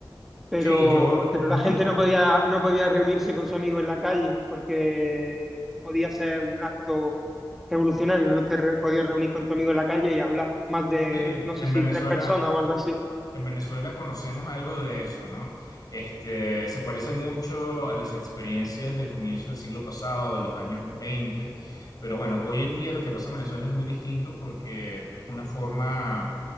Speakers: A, in the centre; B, on the left (about 50°).
A: pero,
B: Sí, yo.
A: pero
B: ujú.
A: la gente no podía, no podía reunirse con su amigo en la calle porque podía ser un acto revolucionario, no te re- podías reunir con tu amigo en la calle y hablar más de,
B: Sí,
A: no
B: en
A: sé si
B: Venezuela,
A: tres personas o algo así.
B: en Venezuela conocemos algo de eso, ¿no? Este, se parece mucho a las experiencias del comienzo del siglo pasado, de los años 20, pero bueno, hoy en día lo que pasa en Venezuela es muy distinto porque es una forma,